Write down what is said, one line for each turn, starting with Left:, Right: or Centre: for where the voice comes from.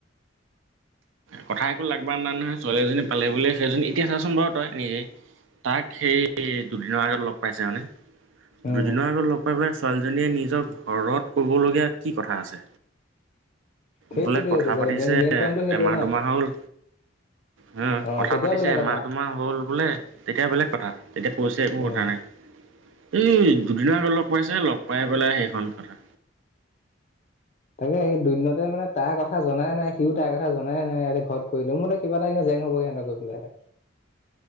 Right: কথা একো লাগ বান নাই নহয় ছোৱালী এজনী পালে বুলিয়েই সেইজনী এতিয়া চাচোন বাৰু তই নিজে তাক সেই দুদিনৰ আগত লগ পাইছে মানে?
Left: উম
Right: দুদিনৰ আগত লগ পাই পেলাই ছোৱালীজনীয়ে নিজৰ ঘৰত ক'বলগীয়া কি কথা আছে
Left: সেইটোৱে
Right: বোলে কথা
Left: টো
Right: পাতিছে
Left: কাৰে মেইন মেইন পইণ্টো সেইটোৱে
Right: এমাহ
Left: ন
Right: দুমাহ হল হে
Left: অ
Right: কথা
Left: তেতিয়া
Right: পাতিছে
Left: বেলেগ
Right: এমাহ
Left: কথা
Right: দুমাহ হ'ল বোলে তেতিয়া বেলেগ কথা তেতিয়া কৈছে একো
Left: উম
Right: কথা নাই এই দুদিনৰ আগত লগ পাইছে লগ পাইছে পেলাই সেইখন কথা
Left: তাকে সি দুদিনতে মানে তাৰ কথা জনাই নাই সিও তাইৰ কথা জনাই নাই ইতে ঘৰত কৰিলো মোৰ মতে কিবা এটা এনে জেং হবগে এনেও গৈ পেলাই সেত